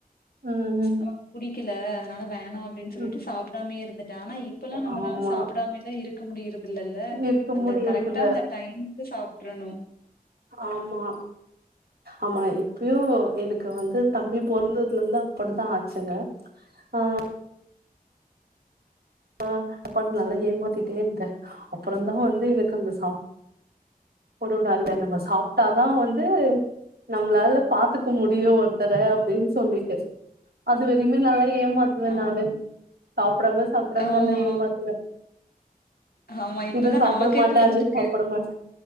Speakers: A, on the right; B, on the left.
A: ம் ம்
B: நமக்கு புடிக்கல அதனால வேணாம் அப் டின் சொல்ட்டு
A: ம்
B: சாப்டாமே இருந்துட்டேன் ஆனா இப்பெல்லாம் நம்மளால
A: ஆமா
B: சாப்டாமே எல்லாம் இருக்க முடியுறது இல்லல்ல
A: இருக்க
B: அந்த
A: முடியறதுல
B: கரெக்டா அந்த டைம்க்கு சாப்ட்றணும்
A: ஆமா ஆமா இப்பயு எனக்கு வந்து தம்பி பொறந்ததுல இருந்து அப்டித்தா ஆச்சுங்க ஆ ஆ நல்லா ஏமாத்திட்டே இருந்த அப்பரோம் தா வந்து எனக்கு இந்த சாப் பொடு <unintelligible> நம்ம சாப்டாதா வந்து நம்ளால பாத்துக்க முடியும் ஒருத்தர அப்டின் சொல்லிட்டு அது வரைக்குமே நல்லா ஏமாத் துவ
B: ஆ
A: நானு சாப்டாம சாப்டாம
B: ஆமா,
A: நல்லா ஏமாத்துவ
B: ஆமா, ஆமா. இப்பதான்
A: இது சாப்ட
B: நமக்கே
A: மாட்ட
B: புரிஞ்சிருக்கு.
A: அது சாப்ட மாட்ட